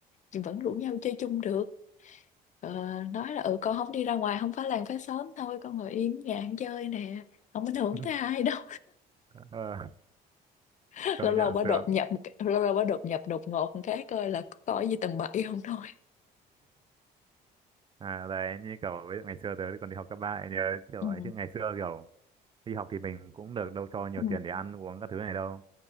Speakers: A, on the left (about 45°); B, on the right (about 30°).
A: nhưng vẫn rủ nhau chơi chung được Ờ, nói là ừ con không đi ra ngoài không phá làng phá xóm thôi con ngồi im nhà ăn chơi nè không ảnh
B: <laughs>
A: hưởng tới ai đâu
B: Ờ,
A: <laughs>
B: công
A: lâu lâu
B: nhận
A: bà
B: sướng.
A: đột nhập một cái- lâu lâu bà đột nhập đột ngột một cái coi là có có gì tầm bậy không thôi
B: À đấy như kiểu ví dụ ngày xưa tớ còn đi học cấp ba ấy nhớ kiểu
A: ừ
B: ấy chứ ngày xưa kiểu đi học thì mình cũng được đâu cho nhiều
A: ừ
B: tiền để ăn uống các thứ này đâu